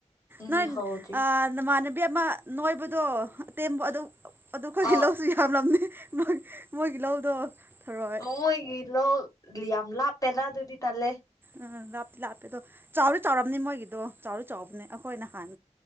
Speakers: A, on the left; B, on the right.
A: ꯎꯝ
B: ꯅꯣꯏ
A: ꯍꯧꯗ꯭ꯔꯤ
B: ꯅꯃꯥꯟꯅꯕꯤ ꯑꯃ ꯅꯣꯏꯕꯗꯣ ꯑꯇꯦꯝꯕ ꯑꯗꯨ ꯑꯗꯣ ꯑꯩꯈꯣꯏꯒꯤ
A: ꯑ
B: ꯂꯧꯁꯨ ꯌꯥꯝꯂꯝꯅꯤ ꯃꫭꯏ ꯃꯣꯏꯒꯤ ꯂꯧꯗꯣ ꯊꯔꯣꯏ
A: ꯃꫭꯏꯒꯤ ꯂꯧꯜ ꯂꯤꯌꯥꯝ ꯂꯥꯞꯄꯦꯗꯥ ꯑꯗꯨꯗꯤ ꯇꯜꯂꯦ
B: ꯑ ꯂꯥꯞꯇꯤ ꯂꯥꯞꯄꯦ ꯑꯗꯣ ꯆꯥꯎꯗꯤ ꯆꯥꯎꯔꯝꯅꯤ ꯃꯣꯏꯒꯤꯗꯣ ꯆꯥꯎꯗꯤ ꯆꯥꯎꯕꯅꯦ ꯑꯩꯈꯣꯏ ꯅꯍꯥꯟ